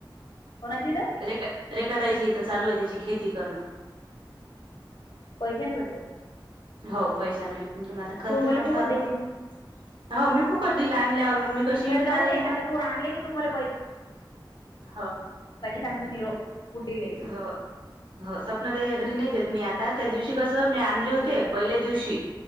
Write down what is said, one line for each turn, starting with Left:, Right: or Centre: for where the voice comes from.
Left: कोणाच्या इथ?
Right: रेख रेखा ताईच्या इथ चालू आहे त्याची खेती करणं.
Left: पैशांन भेटते.
Right: होव पैशान विकून म आता करते,
Left: तू मला
Right: म्हटल्यावर
Left: फुकट देशील
Right: मग होव मी फूकट दील आणल्यावर मी कशी
Left: बर
Right: विकणार
Left: जाऊ
Right: आहे
Left: दे
Right: तुम्हाला
Left: आता तू आणले, की तू मला
Right: हो
Left: सांगलो निरोप गुड्डीले
Right: हो. हो सपना ताईच्या घरी नाही देत मी आता, त्या दिवशी कसं मी आणले होते, पहिल्या दिवशी